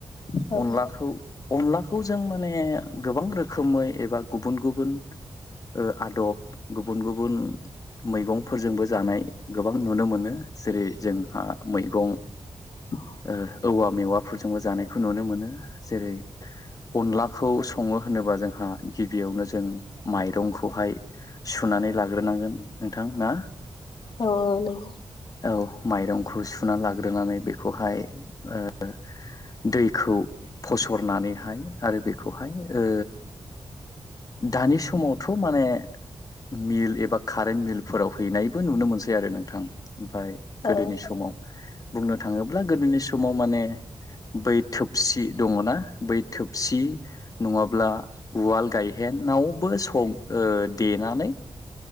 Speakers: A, on the left; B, on the left.
A: औ
B: अनलाखौ अनलाखौ जों माने गोबां रो रोखोमै एबा गुबुन गुबुन उह आदब गुबुन गुबुन मैगंफोरजोंबो जानाय गोबां नुनो मोनो जेरै जोंहा मैगं
A: <inaudible>
B: ओ औवा मेवाफोरजोंबो जानायखौ नुनो मोनो जेरै अनलाखौ सङो होनोबा जोंहा गिबियावनो जों माइरंखौहाय सुनानै लाग्रोनांगोन। नोंथां ना
A: औ औ नंगौ
B: औ माइरंखौ सुनानै लाग्रो दोननानै बेखौहाय ओ दैखौ फसरनानैहाय आरो बेखौहाय ओ दानि समाव थ' माने मिल एबा कारेन्ट मिलफोराव हैनायबो नुनो मोनसै आरो नोंथां ओमफ्राय गोदोनि
A: औ
B: समाव बुंनो थाङोब्ला गोदोनि समाव माने बै थोबसि दङ ना बै थोबसि नङाब्ला उवाल गायहेनावबो सङ ओ देनानै